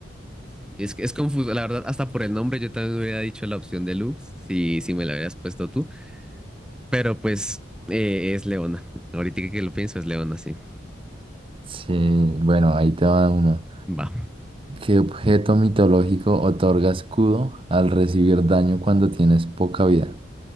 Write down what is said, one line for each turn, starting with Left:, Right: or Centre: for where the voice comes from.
Centre: Sí, es que es confuso, la verdad, hasta por el nombre yo también hubiera dicho la opción deluxe, si, si me la hubieras puesto tú, pero pues eh, es Leona, ahorita que lo pienso es Leona, sí,
Right: Sí, bueno, ahí te va uno.
Centre: va.
Right: ¿Qué objeto mitológico otorga escudo al recibir daño cuando tienes poca vida?